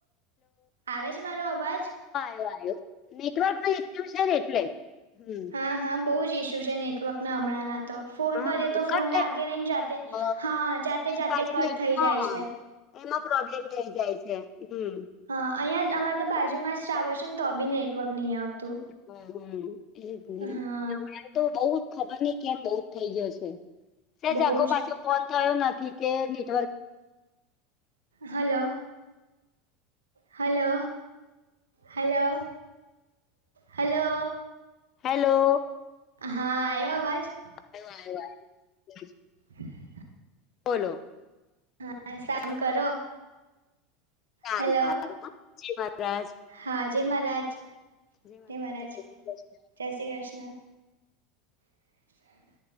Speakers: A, on the right; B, on the left.
A: આવે છે મારો અવાજ
B: આવો આવ્યો નેટવર્ક ન એક્ટિવ છે ને એટલે હમ
A: હા હા બહુ ઇસ્યુ છે નેટવર્ક ના હમણાંના તો ફોન
B: હા
A: કરીએ તો
B: કટ
A: ફોન લાગે નહી જાતે
B: હ
A: હા જાતે જાતે
B: પાછી
A: કટ થઈ
B: હા
A: જાય છે.
B: એમાં પ્રોબ્લેમ થઇ જાય છે. હમ
A: હા અહીં અમારે તો બાજુમાં જ સાવર છે ને તો બી નેટવર્ક નહી આવતું
B: હમ હમ એજ ને
A: હા
B: તમનેમ તો બઉ જ ખબર નહ કેમ બઉ જ થઇ ગયો છે. સે
A: બહુ
B: જાગો
A: જ
B: પાછું ફોન થયો નથી કે network
A: hello hello hello hello
B: hello
A: હા આયો અવાજ
B: આવ્યો આવ્યો આ
A: <inaudible>
B: બોલો
A: હા શામ કરો
B: સારું
A: હલો
B: સારું હા જી મહારાજ
A: હા જય મહારાજ
B: જી
A: જય મહારાજ
B: શ્રી કૃષ્ણ
A: જય શ્રી કૃષ્ણ અચછા